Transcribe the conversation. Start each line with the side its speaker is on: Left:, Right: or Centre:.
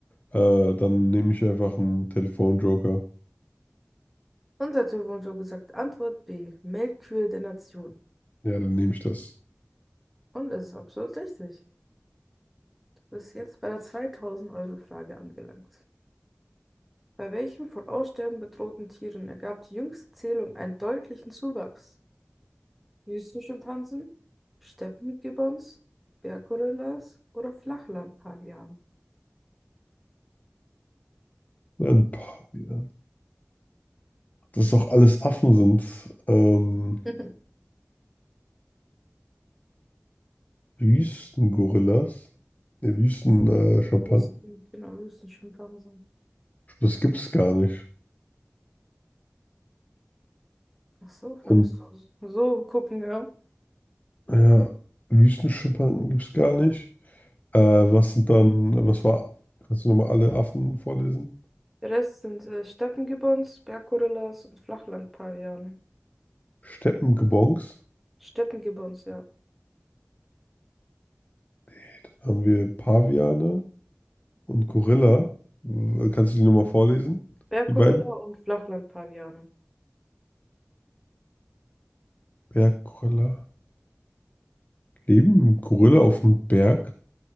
Left: Äh, dann nehme ich einfach einen Telefonjoker.
Centre: Und der Typ wurde gesagt, Antwort B, Melkkühe der Nation.
Left: Ja, dann nehme ich das.
Centre: Und es ist absolut richtig. Du bist jetzt bei der 2000-Euro-Frage angelangt. Bei welchen von Aussterben bedrohten Tieren ergab die jüngste Zählung einen deutlichen Zuwachs? Wüstenschimpansen, Steppengibbons, Berggorillas oder Flachlandpavianen?
Left: Dann, boah, ja. Dass doch alles Affen sind. Ähm,
Centre: <laughs>
Left: Wüstengorillas. Ne, Wüsten, äh, Schimpansen.
Centre: Wüsten, genau, Wüstenschimpansen.
Left: Das gibt's gar nicht.
Centre: Ach so,
Left: Und
Centre: wir müssen so gucken, ja.
Left: ja, Wüstenschimpansen gibt's gar nicht. Äh, was sind dann, was war, kannst du nochmal alle Affen vorlesen?
Centre: Der Rest sind äh, Steppengibbons, Berggorillas und Flachlandpaviane.
Left: Steppengebongs.
Centre: Steppengibbons, ja.
Left: Okay, dann haben wir Paviane und Gorilla. W- Kannst du die nochmal vorlesen?
Centre: Berggorilla
Left: Die beiden?
Centre: und Flachlandpaviane.
Left: Berggorilla. Leben Gorilla auf dem Berg?